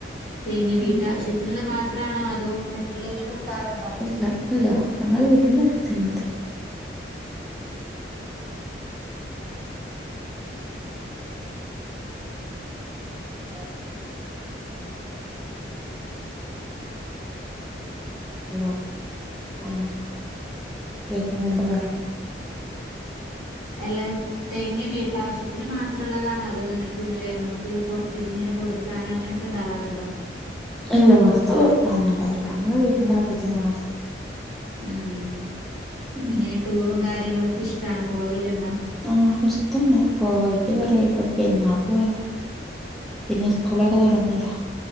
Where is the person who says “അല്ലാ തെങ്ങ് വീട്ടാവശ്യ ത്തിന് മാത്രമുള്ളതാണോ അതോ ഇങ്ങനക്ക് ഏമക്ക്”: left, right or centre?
Left